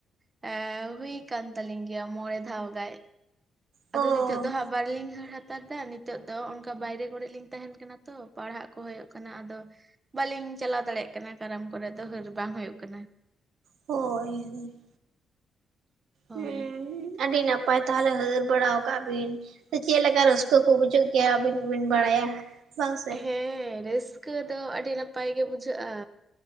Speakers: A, on the right; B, on the right.
A: ᱮᱸ ᱦᱩᱭ ᱠᱟᱱ ᱛᱟᱞᱤᱧ ᱜᱮᱭᱟ ᱢᱚᱬᱮ ᱫᱷᱟᱣ ᱜᱟᱱ
B: ᱚ
A: ᱟᱫᱚ ᱱᱤᱛᱚᱜ ᱫᱚ ᱦᱟᱸᱜ ᱵᱟᱞᱤᱧ ᱦᱟᱹᱲ ᱦᱟᱛᱟᱲ ᱫᱟ ᱱᱤᱛᱚᱜ ᱫᱚ ᱚᱱᱠᱟ ᱵᱟᱭᱨᱮ ᱠᱚᱨᱮ ᱞᱤᱧ ᱛᱟᱦᱮᱱ ᱠᱟᱱᱟ ᱛᱚ ᱯᱟᱲᱦᱟᱜ ᱠᱚ ᱦᱩᱭᱩᱜ ᱠᱟᱱᱟ ᱟᱫᱚ ᱵᱟᱹᱞᱤᱧ ᱪᱟᱞᱟᱣ ᱫᱟᱲᱮᱭᱟᱜ ᱠᱟᱱᱟ ᱠᱟᱨᱟᱢ ᱠᱚᱨᱮ ᱫᱚ ᱦᱟᱹᱨ ᱵᱟᱝ ᱦᱩᱭᱩᱜ ᱠᱟᱱᱟ
B: ᱦᱳᱭ ᱦᱳᱭ
A: ᱦᱳᱭ
B: ᱦᱩᱸ ᱟᱹᱰᱤ ᱱᱟᱯᱟᱭ ᱛᱟᱦᱚᱞᱮ ᱦᱟᱹᱨ ᱵᱟᱲᱟ ᱟᱠᱟᱜ ᱵᱤᱱ ᱪᱮᱫ ᱞᱮᱠᱟ ᱨᱟᱹᱥᱠᱟᱹ ᱠᱚ ᱵᱩᱡᱷᱟᱹᱜ ᱜᱮᱭᱟ ᱟᱹᱵᱤᱱ ᱜᱮ ᱵᱤᱱ ᱵᱟᱲᱟᱭᱟ ᱵᱟᱝ ᱥᱮ
A: ᱦᱮᱸ ᱨᱟᱹᱥᱠᱟᱹ ᱫᱚ ᱟᱹᱰᱤ ᱱᱟᱯᱟᱭ ᱜᱮ ᱵᱩᱡᱷᱟᱹᱜᱼᱟ